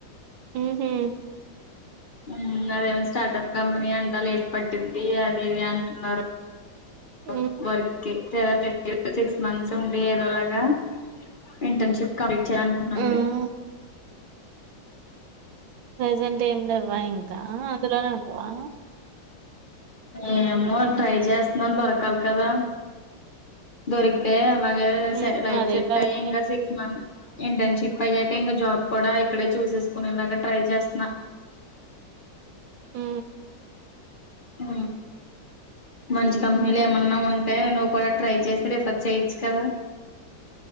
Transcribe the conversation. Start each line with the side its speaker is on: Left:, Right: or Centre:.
Right: ఉ హు
Left: ఊ అదేమో స్టార్టప్ కంపనీ అంట లేట్ పట్టిద్ది అది ఇది అంటున్నారు.
Right: మ్మ్
Left: వ వర్కే. <inaudible> సిక్స్ మంత్స్ ఉండి ఏదోలాగా ఇంటర్న్షిప్ కం
Right: మ్మ్
Left: <inaudible>
Right: ప్రజెంట్ ఏం లేదు. వ ఇంకా అందులోనే ఉంటవా?
Left: ఏమో ట్రై చేస్తన్నాను, దొరకాలి కదా దొరికితే అల్ బగా
Right: మ్మ్
Left: సె లైఫ్
Right: అది
Left: సెట్
Right: కరెక్టే
Left: అయ్యే ఇంకా సిక్స్ మంత్ ఇంటర్న్షిప్ అయ్యాక ఇంగ జాబ్ కూడా ఇక్కడే చూసేసుకునేలాగా ట్రై చేస్తనా.
Right: ఉ
Left: ఊ మంచి కంపెనీలు ఏమన్నా ఉం టే నువ్వు కూడా ట్రై చేస్తే రిఫర్ చేయొచ్చు కదా!